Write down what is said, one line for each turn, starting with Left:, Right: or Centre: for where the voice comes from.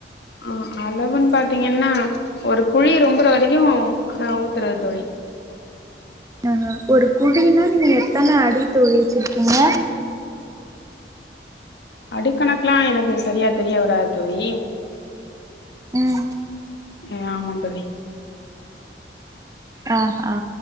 Left: ஆ அளவுன்னு பாத்தீங்ன்னா ஒரு குழி ரொம்பற வரைக்கு அ ஊத்துறது தோழி
Right: ஆ ஒரு குழின்னா நீங்க எத்தன அடி தோழி வெச்சிருக்கீங்க
Left: அடிக்கணக்லா எனக்கு சரியா தெரிய வராத் தோழி
Right: ம்
Left: ம் ஆமா தோழி
Right: ஆ ஆ